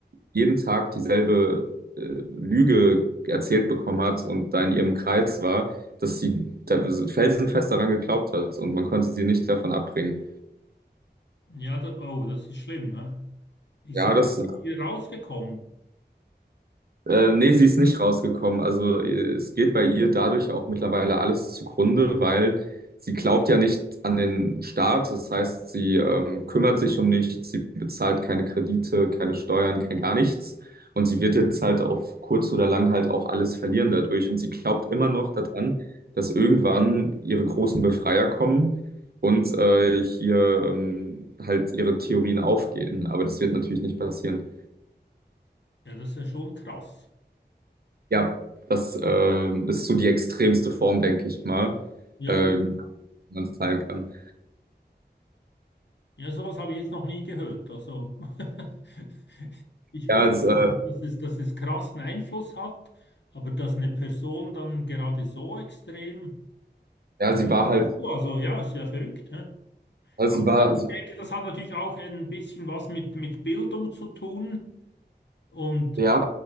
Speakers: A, on the right; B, on the left.
A: jeden Tag dieselbe äh, Lüge erzählt bekommen hat und da in ihrem Kreis war, dass sie da felsenfest daran geglaubt hat und man konnte sie nicht davon abbringen.
B: Ja, da, oh, das ist schlimm. Hä? Ist
A: Ja,
B: sie
A: das
B: hier rausgekommen?
A: Äh, nee, sie ist nicht rausgekommen. Also äh, es geht bei ihr dadurch auch mittlerweile alles zugrunde, weil sie glaubt ja nicht an den Staat. Das heißt, sie ähm, kümmert sich um nichts, sie bezahlt keine Kredite, keine Steuern, kein gar nichts. Und sie wird jetzt halt auf kurz oder lang halt auch alles verlieren dadurch. Und sie glaubt immer noch daran, dass irgendwann ihre großen Befreier kommen und äh, hier ähm, halt ihre Theorien aufgehen. Aber das wird natürlich nicht passieren.
B: Ja, das ist ja schon krass.
A: Ja, das äh, ist so die extremste Form, denke ich mal,
B: Ja,
A: äh,
B: äh,
A: die man fallen kann.
B: ja, sowas habe ich jetzt noch nie gehört. Also, <laughs> ich
A: Ja,
B: wusste,
A: es,
B: dass
A: äh,
B: es, dass es, dass es krassen Einfluss hat, aber dass eine Person dann gerade so extrem.
A: ja,
B: Aber
A: sie
B: ja,
A: war
B: siehst
A: halt,
B: du, also ja, ist ja verrückt. Hä?
A: also
B: Ja, Aber
A: sie war,
B: gut, ich
A: sie,
B: denke, das hat natürlich auch ein bisschen was mit, mit Bildung zu tun. Und
A: ja,